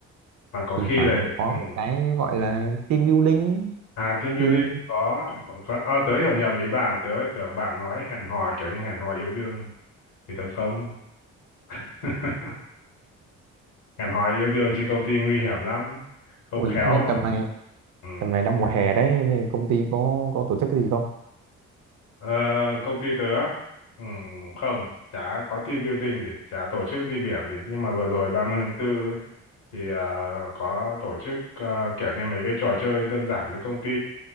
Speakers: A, on the left; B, on the right.
A: mà có
B: thỉnh
A: khi
B: thoảng
A: lại
B: mình có
A: ừ.
B: một cái gọi là team building
A: à team building
B: thì
A: thì có có, có... Ờ, tớ hiểu nhầm ý bạn tớ lại tưởng bạn nói hẹn hò kiểu như hẹn hò yêu đương thì tớ không <laughs> hẹn hò yêu đương trên công ty nguy hiểm lắm không
B: ôi
A: khéo
B: bên tầm này
A: ừ.
B: tầm này đang mùa hè đấy thì công ty có có tổ chức cái gì không
A: Ờ, công ty tớ ừ, không chả có team building gì chả tổ chức đi biển gì nhưng mà vừa rồi 34 ấy, thì ờ, có tổ chức ờ, kiểu như mấy cái trò chơi đơn giản cho công ty